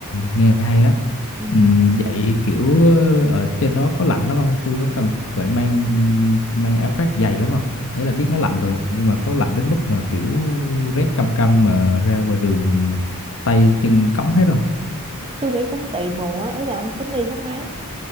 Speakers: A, on the left (about 65°); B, on the right (about 25°).
A: nghe hay á.
B: Ừ.
A: Ừm, vậy kiểu ờ, ở trên đó có lạnh lắm không? Tôi có cần phải mang mang áo khoác dày lắm không? Đấy là biết nó lạnh rồi nhưng mà có lạnh đến mức mà kiểu rét căm căm mà ra ngoài đường tay chân cống hết không?
B: tôi nghĩ cũng tùy mùa á, ý là ông tính đi tháng mấy